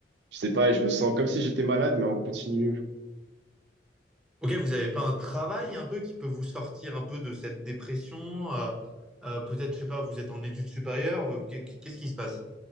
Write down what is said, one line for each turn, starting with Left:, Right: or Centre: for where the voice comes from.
Right: Je sais pas, et je me sens comme si j'étais malade, mais en continu.
Centre: ok, vous n'avez pas un travail un peu qui peut vous sortir un peu de cette dépression? Euh, euh, peut-être, je sais pas, vous êtes en études supérieures. vous- Qu'est- Qu'est-ce qui se passe?